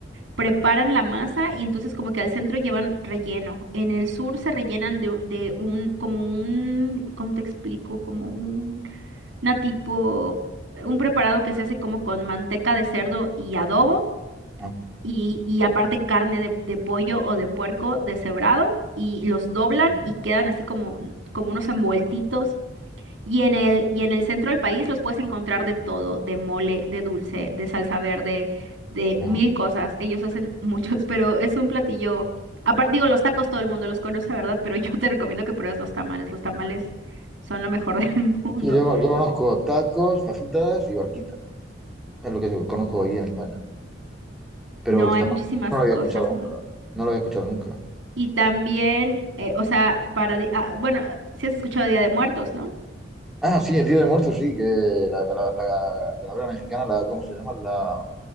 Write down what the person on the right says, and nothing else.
Preparan la masa y entonces como que al centro llevan relleno. En el sur se rellenan de, un- de un, como un, ¿cómo te explico? Como un una tipo, un preparado que se hace como con manteca de cerdo y adobo
y, y aparte carne de, de pollo o de puerco deshebrado y los doblan
y quedan así como, como unos envueltitos. Y en el, y en el centro del país los puedes encontrar de todo, de mole, de dulce, de salsa verde, de
mil cosas. Ellos hacen <laughs> muchos, pero es un platillo. Aparte, digo, los tacos todo el mundo los conoce, ¿verdad? Pero yo te recomiendo que pruebes los tamales. Los tamales son lo mejor del <laughs> mundo.
No,
hay
muchísimas
cosas
más.
Y también, eh, o sea, para, di- ah, bueno, si has escuchado Día de Muertos, ¿no?